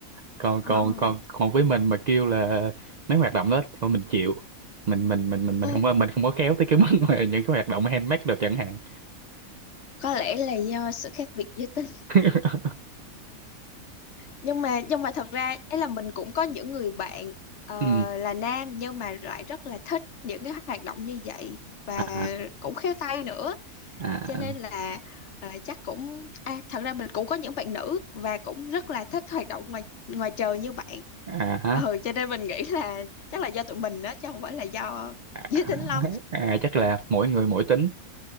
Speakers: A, on the right; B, on the left.
A: còn
B: Ờ,
A: còn còn còn với mình mà kêu là mấy hoạt động đó thì thôi mình chịu mình mình mình mình mình
B: không
A: không có mình không có khéo tới cái <laughs> mức mà những cái hoạt động handmade được chẳng hạn
B: có lẽ là do sự khác biệt giới tính
A: <laughs>
B: nhưng mà nhưng mà thật ra ấy là mình cũng có những người bạn ờ,
A: ừ
B: là nam nhưng mà lại rất là thích những cái hoạt động như vậy và
A: à
B: cũng khéo tay nữa
A: à
B: cho nên là ờ, chắc cũng à, thật ra mình cũng có những bạn nữ và cũng rất là thích hoạt động ngoài ngoài trời như bạn
A: à hả?
B: ừ cho nên mình nghĩ là chắc là do tụi mình đó chứ không phải là do
A: à,
B: giới tính lắm
A: à, chắc là mỗi người mỗi tính